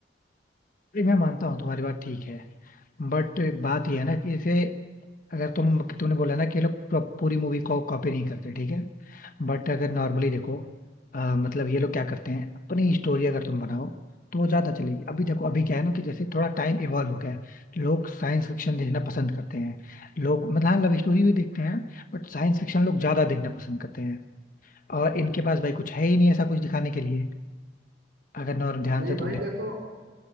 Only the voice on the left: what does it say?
भाई मैं मानता हूँ तुम्हारी बात ठीक है बट बात यह है ना कि जैसे अगर तुम तुमने बोला ना कि ये लोग पूरा- पूरी मूवी को कॉपी नहीं करते ठीक है बट अगर नॉर्मली देखो अ, मतलब ये लोग क्या करते हैं अपनी स्टोरी अगर तुम बनाओ तो वो ज्यादा चलेगी अभी देखो अभी क्या है ना कि जैसे थोड़ा टाइम इवॉल्व हो गया है लोग साइंस फिक्शन देखना पसंद करते हैं लोग मतलब हाँ लव स्टोरी भी देखते हैं बट साइंस फिक्शन लोग ज्यादा देखना पसंद करते हैं और इनके पास भाई कुछ है ही नहीं ऐसा कुछ दिखाने के लिए अगर नॉर्म ध्यान
से
तुम देखो